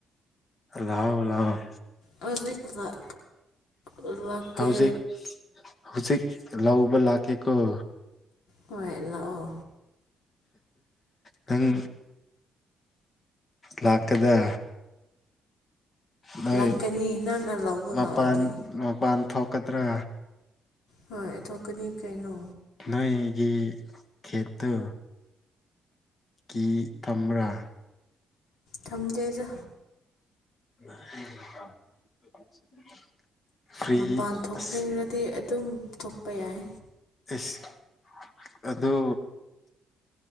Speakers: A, on the left; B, on the left.
A: ꯂꯥꯎ ꯂꯥꯎꯑꯣ
B: ꯍꯧꯖꯤꯛ ꯂꯥꯛ ꯂꯥꯛꯀꯦ
A: ꯍꯧꯖꯤꯛ ꯍꯧꯖꯤꯛ ꯂꯧꯕ ꯂꯥꯛꯀ‌ꯦꯀ‌ꯣ
B: ꯍꯣꯏ ꯂꯥꯛꯑꯣ
A: ꯅꯪ ꯂꯥꯛꯀ‌ꯦꯗ ꯅꯣꯏ
B: ꯂꯥꯛꯀꯅꯤ ꯅꯪꯅ ꯂꯧꯕ
A: ꯃꯄꯥꯟ
B: ꯂꯥꯛꯑꯗꯤ
A: ꯃꯄꯥꯟ ꯊꯣꯛꯀꯗ꯭ꯔꯥ
B: ꯍꯣꯏ ꯊꯣꯛꯀꯅꯤ ꯀꯩꯅꯣ
A: ꯅꯣꯏꯒꯤ ꯈꯦꯠꯇꯨ ꯀꯤ ꯊꯝꯕ꯭ꯔꯥ
B: ꯊꯝꯗꯦꯗ
A: <unintelligible> ꯐ꯭ꯔꯤ
B: ꯃꯄꯥꯟ ꯊꯣꯛꯅꯤꯡꯔꯗꯤ
A: ꯑꯁ
B: ꯑꯗꯨꯝ ꯊꯣꯛꯄ ꯌꯥꯏ
A: ꯑꯦꯁ ꯑꯗꯨ